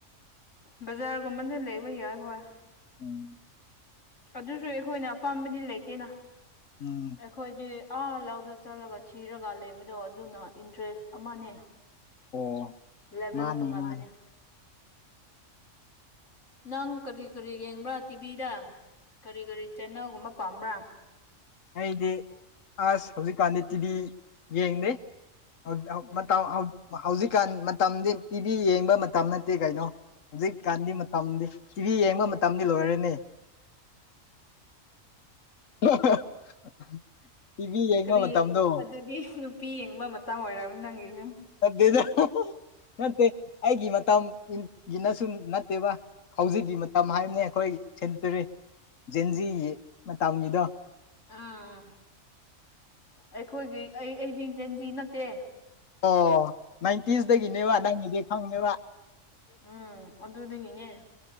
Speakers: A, on the left (about 65°); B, on the left (about 75°).
A: ꯕꯖꯥꯔꯒꯨꯝꯕꯅ ꯂꯩꯕ ꯌꯥꯏ ꯍꯣꯏ꯫
B: ꯎꯝ
A: ꯑꯗꯨꯁꯨ ꯑꯩꯈꯣꯏꯅ ꯑꯄꯥꯝꯕꯗꯤ ꯂꯩꯇꯦꯅ꯫
B: ꯎꯝ
A: ꯑꯩꯈꯣꯏꯗꯤ ꯑꯥ ꯂꯧꯗ ꯆꯠꯂꯒ ꯊꯤꯔꯒ ꯂꯩꯕꯗꯣ ꯑꯗꯨꯅ ꯏꯟꯇꯔꯦꯁ ꯑꯃꯅꯦ꯫
B: ꯑꯣ
A: ꯂꯦꯕꯦꯜ
B: ꯃꯥꯅꯤ
A: ꯇꯣꯡꯉꯥꯟꯕꯅꯤ꯫
B: ꯃꯥꯅꯤ
A: ꯅꯪ ꯀꯔꯤ ꯀꯔꯤ ꯌꯦꯡꯕ꯭ꯔꯥ ꯇꯤꯚꯤꯗ? ꯀꯔꯤ ꯀꯔꯤ ꯆꯦꯟꯅꯦꯜꯒꯨꯝꯕ ꯄꯥꯝꯕ꯭ꯔꯥ?
B: ꯑꯩꯗꯤ ꯑꯁ ꯍꯧꯖꯤꯛꯀꯥꯟꯗꯤ ꯇꯤꯚꯤ ꯌꯦꯡꯗꯦ꯫ ꯍꯧ
A: ꯎꯝ
B: ꯃꯇꯝ ꯍꯧꯖꯤꯛꯀꯥꯟ ꯃꯇꯝꯗꯤ ꯇꯤꯚꯤ ꯌꯦꯡꯕ ꯃꯇꯝ ꯅꯠꯇꯦ ꯀꯩꯅꯣ ꯍꯧꯖꯤꯛꯀꯥꯟꯗꯤ ꯃꯇꯝꯗꯤ ꯇꯤꯚꯤ ꯌꯦꯡꯕ ꯃꯇꯝꯗꯤ ꯂꯣꯏꯔꯦꯅꯦ <unintelligible> ꯇꯤꯚꯤ ꯌꯦꯡꯕ
A: ꯀꯔꯤ
B: ꯃꯇꯝꯗꯣ
A: ꯑꯗꯨꯗꯤ ꯅꯨꯄꯤ ꯌꯦꯡꯕ ꯃꯇꯝ ꯑꯣꯏꯔꯝꯅꯤ ꯅꯪꯒꯤꯁꯨꯨꯝ
B: ꯅꯠꯇꯦꯗ ꯅꯠꯇꯦ ꯑꯩꯒꯤ ꯃꯇꯝꯒꯤꯅ ꯁꯨ ꯅꯠꯇꯦꯕ ꯍꯧꯖꯤꯛꯀꯤ ꯃꯇꯝ ꯍꯥꯏꯕꯅꯦ ꯑꯩꯈꯣꯏ ꯁꯦꯟꯆꯨꯔꯤ ꯖꯦꯟꯖꯤꯒꯤ ꯃꯇꯝꯒꯤꯗꯣ
A: ꯑꯥ ꯑꯩꯈꯣꯏꯒꯤ ꯑꯩ ꯑꯩꯗꯤ ꯖꯦꯟꯖꯤ ꯅꯠꯇꯦ
B: ꯑꯣ ꯅꯥꯏꯟꯇꯤꯁꯇꯒꯤꯅꯦꯕ ꯅꯪꯒꯤꯗꯤ ꯈꯪꯉꯦꯕ
A: ꯎꯝ ꯑꯗꯨꯗꯒꯤꯅꯦ